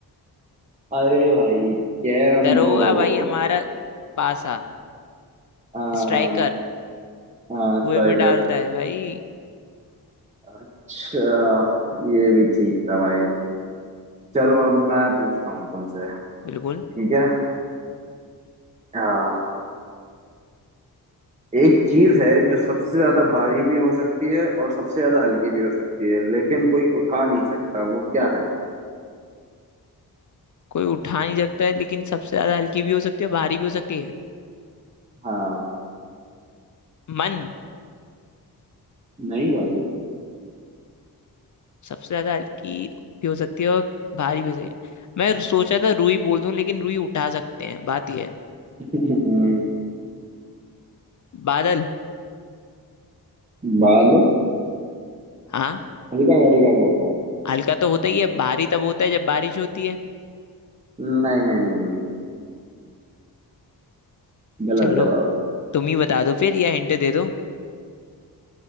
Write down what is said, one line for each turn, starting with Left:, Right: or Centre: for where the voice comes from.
Right: अरे भाई कैरम
Left: दरोगा
Right: बोर्ड
Left: भाई हमारा पासा
Right: हाँ
Left: स्ट्राइकर
Right: हाँ
Left: कुएं
Right: स्ट्राइकर
Left: में डालता है भाई
Right: अच्छा, ये भी ठीक था भाई चलो अब मैं पूछता हूँ तुमसे
Left: बिल्कुल
Right: ठीक है हाँ, एक चीज है जो सबसे ज्यादा भारी भी हो सकती है और सबसे ज्यादा हल्की भी हो सकती है लेकिन कोई उठा नहीं सकता वो क्या है
Left: कोई उठा नहीं सकता है लेकिन सबसे ज्यादा हल्की भी हो सकती है भारी भी हो सकती है
Right: हाँ
Left: मन
Right: नहीं भाई
Left: सबसे ज्यादा हल्की भी हो सकती है और भारी भी हो सकती है मैं सोचा था रुई बोल दूं लेकिन रुई उठा सकते हैं बात यह है
Right: <laughs> हम्म,
Left: बादल
Right: बादल
Left: हाँ
Right: हल्का भारी का होता है
Left: हल्का तो होता ही है भारी तब होता है जब बारिश होती है
Right: नहीं नहीं नहीं नहीं गलत
Left: चलो
Right: जवाब है
Left: तुम ही बता दो फिर या हिंट दे दो